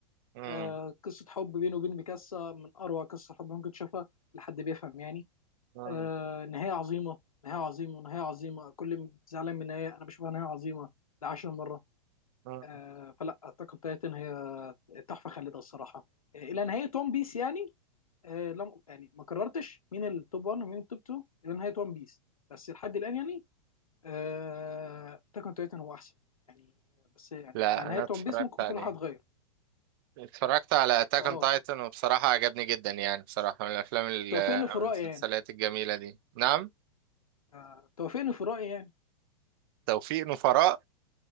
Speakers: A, on the right; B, on the left.
A: مم.
B: آه، قصة حب بينه وبين ميكاسا من أروع قصة حب ممكن تشوفها لحد بيفهم يعني
A: مم.
B: آه، نهاية عظيمة نهاية عظيمة نهاية عظيمة كل م- زعلان من النهاية أنا بشوفها نهاية عظيمة لعشر مرة
A: مم.
B: آه، فلا أتاك أون تايتن هي تحفة خالدة الصراحة آه، إلى نهاية ون بيس يعني آه، لم يعني ما قررتش مين التوب 1 ومين التوب 2 إلى نهاية ون بيس بس لحد الآن يعني أتاك أون تايتن هو أحسن يعني بس يعني
A: لا
B: مع نهاية
A: انا اتفرجت
B: ون بيس ممكن
A: عليه
B: كل حاجة تتغير
A: اتفرجت على اتاك
B: فأه
A: اون تايتن وبصراحة عجبني جدا يعني بصراحة من الافلام ال-
B: توافقني
A: او
B: في الرأي
A: المسلسلات
B: يعني
A: الجميلة دي نعم
B: آه، توافقني في الرأي يعني
A: توفيق نفراء